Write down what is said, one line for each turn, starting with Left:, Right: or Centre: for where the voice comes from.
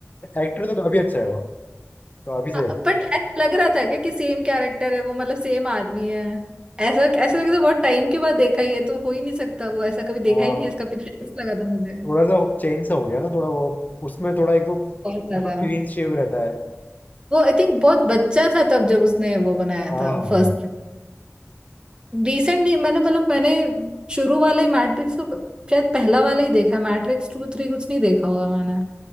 Left: एक्टर तो काफी अच्छा है वो तो काफी सही
Right: हाँ,
Left: एक्टर
Right: बट ऐसा लग रहा था क्या कि सेम कैरेक्टर है वो मतलब सेम आदमी है ऐसा ऐसा लगा था बहुत टाइम के बाद देखा ये तो हो ही नहीं सकता वो ऐसा कभी देखा
Left: हाँ
Right: ही नहीं है, इसका पिक्चर लगा था मुझे
Left: थोड़ा सा चेंज सा हो गया ना थोड़ा वो उसमें थोड़ा एक तो बिल्कुल
Right: बहुत ज्यादा
Left: क्लीन शेव रहता है
Right: वो आई थिंक बहुत बच्चा था तब जब उसने वो बनाया
Left: हाँ
Right: था
Left: हाँ हाँ।
Right: फर्स्ट डिसेंट नहीं मैंने मतलब मैंने शुरू वाला ही मैट्रिक्स तो शायद पहला वाला ही देखा है मैट्रिक्स टू थ्री कुछ नहीं देखा होगा मैंने